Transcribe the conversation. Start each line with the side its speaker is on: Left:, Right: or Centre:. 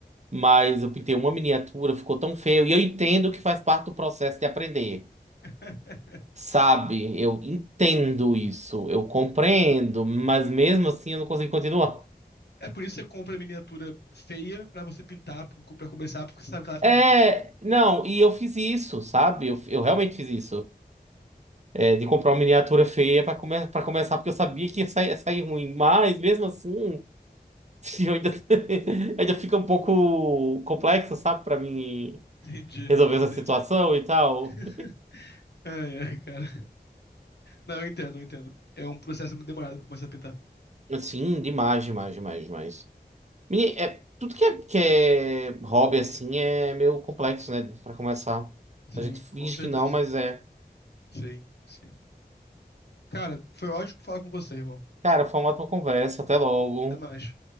Right: Mas eu pintei uma miniatura, ficou tão feio. E eu entendo que faz parte do processo de aprender.
Left: <laughs>
Right: Sabe? Eu entendo isso, eu compreendo, mas mesmo assim eu não consegui continuar.
Left: É por isso que você compra miniatura feia pra você pintar, pra pra começar, porque você sabe que ela vai ficar
Right: É,
Left: ruim.
Right: não, e eu fiz isso, sabe? Eu, eu realmente fiz isso. É, de comprar uma miniatura feia pra, come pra começar, porque eu sabia que ia sair, ia sair ruim. Mas mesmo assim. Sim, eu ainda, <laughs> ainda fica um pouco complexo, sabe, Pra mim
Left: Entendi,
Right: resolver essa
Left: entendi.
Right: situação e tal.
Left: <laughs> Ai, ai, cara. Não, eu entendo, eu entendo. É um processo muito demorado pra começar a pintar.
Right: Sim, demais, demais, demais, demais. Menina, é, tudo que é, que é hobby assim é meio complexo, né, Pra começar.
Left: Sim,
Right: A gente finge
Left: com certeza.
Right: que não, mas é.
Left: Sim, sim. Cara, foi ótimo falar com você, irmão.
Right: Cara, foi uma ótima conversa, até logo.
Left: Até mais.